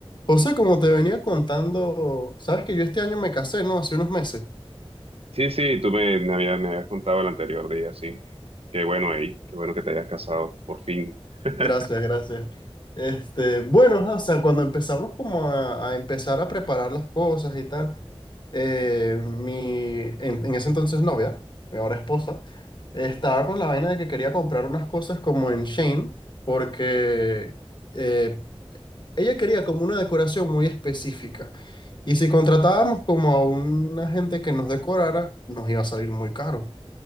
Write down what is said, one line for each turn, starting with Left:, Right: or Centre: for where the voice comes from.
Left: José, como te venía contando, sabes que yo este año me casé, ¿no? Hace unos meses.
Right: Sí, sí, tú me, me habías, me habías contado el anterior día, sí. Qué bueno, ahí, qué bueno que te hayas casado, por fin. <laughs>
Left: Gracias, gracias. Este, bueno, ajá, o sea, cuando empezamos como a, a empezar a preparar las cosas y tal, eh, mi, en, en ese entonces novia, mi ahora esposa, estaba con la vaina de que quería comprar unas cosas como en Shane, porque eh, ella quería como una decoración muy específica. Y si contratábamos como a una gente que nos decorara, nos iba a salir muy caro.